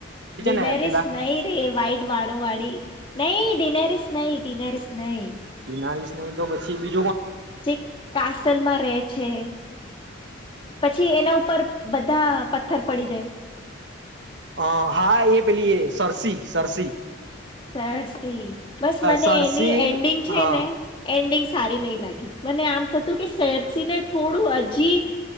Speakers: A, on the left; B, on the right.
A: ડિનરસ
B: ને પેલા
A: નૈ રે વઈટ વાડોવાડી. નહી ડિનરસ નહી ડિનરસ નહી.
B: બિનાવીસ ન તો પછી બી
A: જે કાસલમાં રહે છે પછી એના ઉપર બધા પથ્થર પડી જાય
B: એ, હા, એ પેલી એ સરરસી, સરરસી
A: સરસી બસ મને
B: સરસી
A: એની એન્ડિંગ છે
B: હા
A: ને એન્ડિંગ સારી નઈ લાગી, મને આમ થતું કે સરસીને થોડું હજી